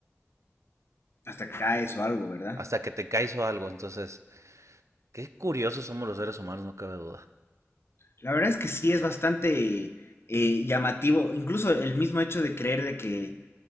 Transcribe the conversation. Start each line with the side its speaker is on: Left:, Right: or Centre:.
Left: Hasta caes o algo, ¿verdad?
Right: hasta que te caes o algo. Entonces, qué curiosos somos los seres humanos, no cabe duda.
Left: La verdad es que sí es bastante eh, llamativo, incluso el mismo hecho de creer de que